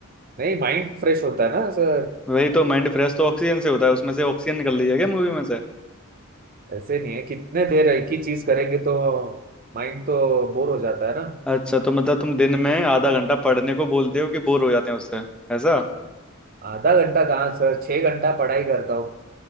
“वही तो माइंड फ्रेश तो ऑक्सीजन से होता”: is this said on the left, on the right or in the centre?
Centre